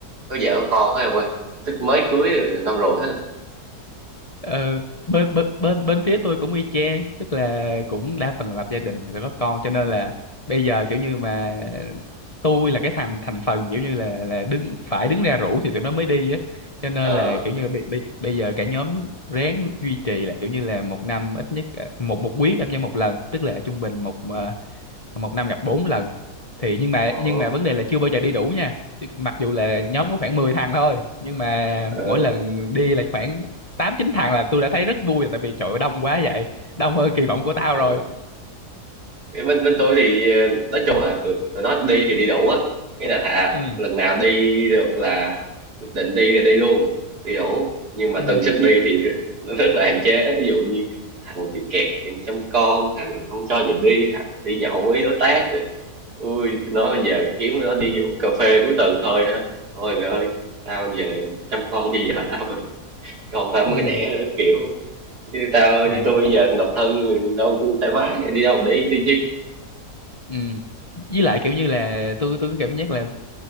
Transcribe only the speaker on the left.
Ờ, bên bên bên bên phía tôi cũng y chang tức là cũng đa phần là lập gia đình rồi có con cho nên là bây giờ kiểu như mà tôi là cái thành thành phần kiểu như là là đứng phải đứng ra rủ thì tụi nó mới đi á cho nên
là kiểu như bây, bây, bây giờ cả nhóm ráng duy trì là kiểu như là một năm ít nhất ờ, một một quý gặp nhau một lần tức là trung bình một ờ, một năm gặp bốn lần thì nhưng mà
nhưng mà vấn đề là chưa bao giờ đi đủ nha Chứ mặc dù là nhóm có khoảng 10 thằng thôi nhưng mà
mỗi lần đi là khoảng 8 9 thằng là tôi đã thấy rất vui rồi tại vì trời ơi, đông quá vậy đông hơn kỳ vọng của tao
rồi
ừ
ừ
ừ
à
ừ với lại kiểu như là tôi tôi có cảm giác là